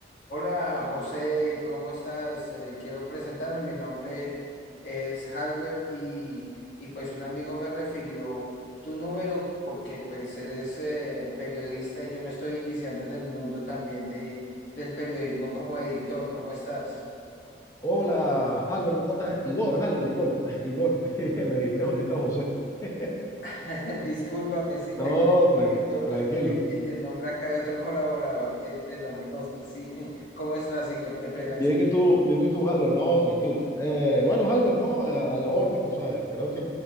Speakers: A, on the left (about 70°); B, on the left (about 15°).
A: Hola José, ¿cómo estás? Eh, quiero presentarme, mi nombre es Halber y, y, pues un amigo me refirió tu número porque pues eres eh, periodista y yo me estoy iniciando en el mundo también de, del periodismo como editor, ¿cómo estás?
B: Hola, Albert, ¿cómo estás? Igor, Albert, Igor, <laughs> Igor, <laughs> me dijiste ahorita José. <laughs>
A: <laughs> Discúlpame si
B: No,
A: tengo aquí escrito
B: tranqui- tranquilo.
A: el, el nombre acá de otro colaborador que de nombre José, sí, <laughs> ¿cómo estás Igor? Qué pena,
B: Bien,
A: discúlpame.
B: ¿y tú, bien, y tú, Albert? No, tranquilo. Eh, bueno, Albert, no, a, a la orden, o sea, creo que